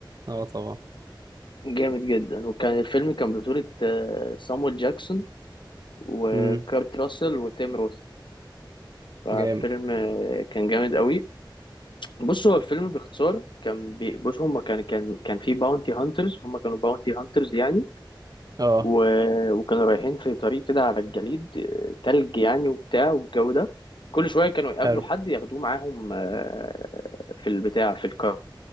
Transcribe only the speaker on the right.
اه طبعا
امم
جامد
اه
حلو